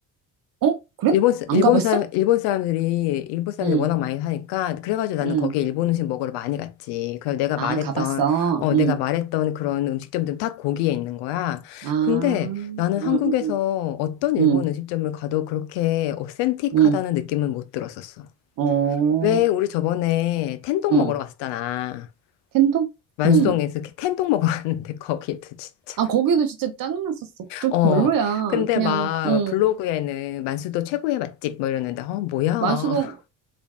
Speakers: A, on the right (about 50°); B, on the left (about 70°).
A: 어? 그래?
B: 일본, 사-
A: 안
B: 일본
A: 가봤어?
B: 사람, 일본 사람들이, 일본 사람들이
A: 음,
B: 워낙 많이 사니까, 그래가지고 나는
A: 음.
B: 거기에 일본 음식 먹으러 많이 갔지. 그래서 내가
A: 아,
B: 말했던,
A: 가봤어.
B: 어,
A: 음,
B: 내가 말했던 그런 음식점들은 다 거기에 있는 거야.
A: 아, 음,
B: 근데 나는 한국에서
A: 음, 음,
B: 어떤 일본
A: 음,
B: 음식점을 가도 그렇게 어센틱하다는
A: 음.
B: 느낌은 못 들었었어.
A: 어,
B: 왜 우리 저번에 텐동
A: 음.
B: 먹으러 갔었잖아.
A: 텐동?
B: 만수동에서
A: 음.
B: 이렇게 텐동 먹으러 갔는데 <laughs> 거기도 진짜.
A: 아, 거기도 진짜 짜증났었어. 좀
B: 어,
A: 별로야.
B: 근데
A: 그냥,
B: 막
A: 음.
B: 블로그에는 만수도 최고의 맛집 뭐 이러는데, 어, 뭐야.
A: 만수동,